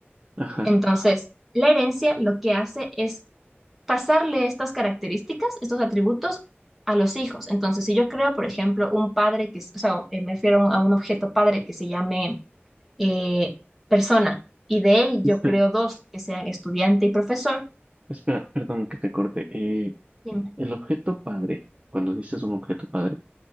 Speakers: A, on the right (about 30°); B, in the centre.
A: ajá.
B: Entonces, la herencia lo que hace es pasarle estas características, estos atributos a los hijos. Entonces, si yo creo, por ejemplo, un padre que, es- o sea, eh, me refiero a un, a un objeto padre que se llame eh, persona, y de él
A: Espera,
B: yo creo dos que sean estudiante y profesor.
A: espera, perdón que te corte. Eh,
B: Dime.
A: el objeto padre, cuando dices un objeto padre,